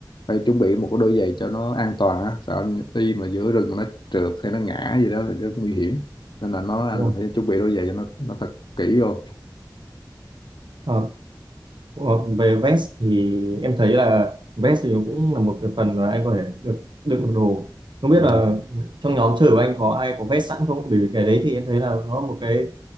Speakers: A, on the left; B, on the right.
A: phải chuẩn bị một cái đôi giày cho nó an toàn á sợ đi mà giữa rừng nó trượt hay nó ngã gì đó thì rất nguy hiểm nên là nó anh
B: Đúng rồi.
A: phải chuẩn bị đôi giày cho nó nó thật kỹ vô
B: Ờ, ờ, về vest thì em thấy là vest thì nó cũng là một cái phần là anh có thể được đựng được đồ không biết
A: ừ.
B: là trong nhóm chơi của anh có ai có vest sẵn không bởi vì cái đấy thì em thấy là nó là một cái